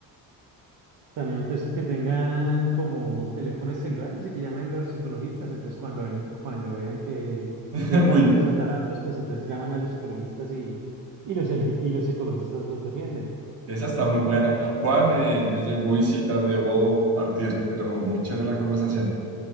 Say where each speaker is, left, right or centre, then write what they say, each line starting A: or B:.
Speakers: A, on the right; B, on the right.
A: También entonces que tengan como teléfonos celulares y que llamen los ecologistas. Entonces cuando ven, cuando vean que
B: <laughs>
A: viene una
B: Uy,
A: empresa a tararlos, pues entonces llaman a los ecologistas y, y los, ele- y los ecologistas los defienden.
B: esa está muy buena. Juan, eh, me llegó visita, debo partir, pero muy chévere la conversación.